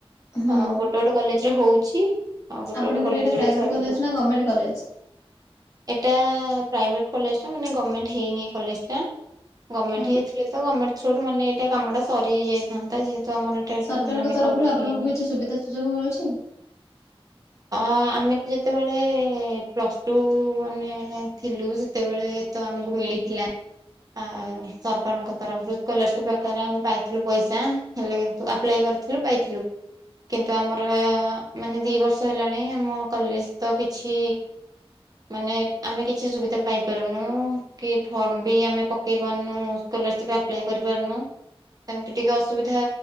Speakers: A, on the left; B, on the right.
A: ହୁଁ
B: ଆ ଗୋଟେ ଗୋଟେ କଲେଜରେ ହଉଛି। ଆଉ ଗୋଟେ
A: ଆପଣଙ୍କର
B: ଗୋଟେ କଲେଜରେ
A: ଏଇଟା ପ୍ରାଇଭେଟ
B: ବି ସାରିଗଲାନି।
A: କଲେଜ ନା Government college?
B: ଏଟା ପ୍ରାଇଭେଟ କଲେଜ ଟା ମାନେ ଗଭର୍ଣମେଣ୍ଟ ହେଇନି କଲେଜ ଟା। ଗମେଣ୍ଟ
A: ଓହୋ
B: ହେଇଥିଲେ ତ ଗମେଣ୍ଟ ଥ୍ରୋରୁ ମାନେ ଏଇଟା କାମ ଟା ସରି ହେଇ ଯାଇଥାନ୍ତା ଯେହେତୁ ତ ଆମର ଏଇଟା
A: ସରକାରଙ୍କ
B: ମାନେ
A: ତରଫରୁ
B: ଗମେଣ୍ଟ
A: ଆପଣଙ୍କୁ
B: ହେଇନି।
A: କିଛି ସୁବିଧା ସୁଯୋଗ ମିଳୁଛି?
B: ଆ ଆମେ ତ ଯେତେବେଳେ ପ୍ଲସ୍ ଟୁ ମାନେ ଥିଲୁ ସେତେବେଳେ ତ ଆମକୁ ମିଳିଥିଲା। ଆ ସରକାରଙ୍କ ତରଫରୁ ସ୍କୋଲାସିପ ଆକାରରେ ଆମେ ପାଇଥିଲୁ ପଇସା ହେଲେ କିୁ ଆପ୍ଲାଏ କରିଥିଲୁ ପାଇଥିଲୁ। କିନ୍ତୁ ଆମର ମାନେ ଦି ବର୍ଷ ହେଲାଣି ଆମ କଲେଜ ତ କିଛି ମାନେ ଆମେ କିଛି ସୁବିଧା ପାଇପାରୁନୁ । କି ଫର୍ମ ବି ଆମେ ପକେଇ ପାରୁନୁ। ସ୍କୋଲାର ଆପ୍ଲାଏ କରିପାରୁନୁ। ସେମିତି ଟିକେ ଅସୁବିଧା